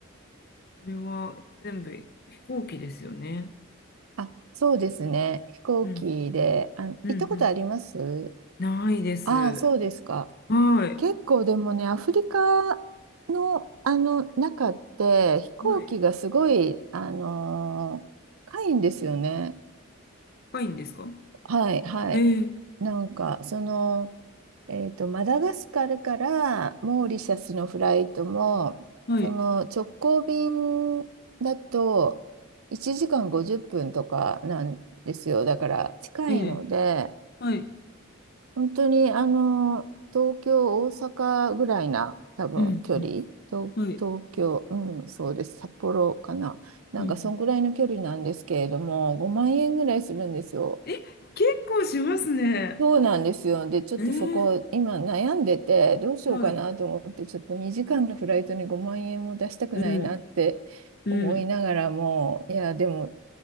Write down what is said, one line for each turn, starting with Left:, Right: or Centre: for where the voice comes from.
Left: これは全部飛行機ですよね。
Right: あ、そうですね。飛行機で、
Left: うん、
Right: あ、行ったことあります
Left: うん、うん。ないです。
Right: ああ、そうですか。
Left: はい。
Right: 結構でもね、アフリカの、あの中って飛行機がすごい、
Left: はい。
Right: あのー高いんですよね。
Left: 深いんですか
Right: はいはい。
Left: えー、
Right: なんかその、えーと、マダガスカルからモーリシャスのフライトもその直行便だと
Left: はい。
Right: 1時間50分とかなんですよ。だから近いので。
Left: ええはい。
Right: 本当に、あの、東京、大阪ぐらいな、多分、
Left: うん。
Right: 距離。東、
Left: うんはい。
Right: 東京、うん、そうです。札幌かな。なんか、
Left: うん。
Right: そんぐらいの距離なんですけれども、5万円ぐらいするんですよ。
Left: え、結構しますね。
Right: そうなんですよ。で、ちょっとそこ、
Left: えー、
Right: 今悩んでて、どうしようかなと思って、
Left: はい。
Right: ちょっと2時間のフライトに5万円も出したくないなって思いながらも、
Left: うん。うん。
Right: いや、でも、